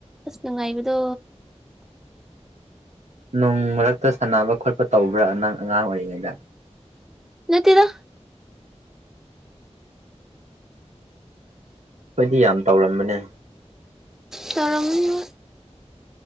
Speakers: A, in the centre; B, on the right.
A: ꯑꯁ ꯅꯨꯡꯉꯥꯏꯕꯗꯣ
B: ꯅꯣꯡ ꯃꯔꯛꯇ ꯁꯥꯟꯅꯕ ꯈꯣꯠꯄ ꯇꯧꯕ꯭ꯔ ꯅꯪ ꯑꯉꯥꯡ ꯑꯣꯏꯔꯤꯉꯩꯗ
A: ꯅꯠꯇꯦꯗ
B: ꯈꯣꯏꯗꯤ ꯌꯥꯝ ꯇꯧꯔꯝꯕꯅꯦ
A: ꯇꯧꯔꯝꯒꯅꯤꯕꯨ